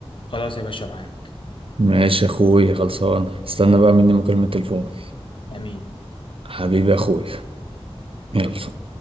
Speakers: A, on the left; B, on the right.
A: خلاص يا باشا معاك
B: ماشي يا أخوي خلصان استنى بقى مني مكالمة تليفون
A: أمين
B: حبيبي يا أخوي يلا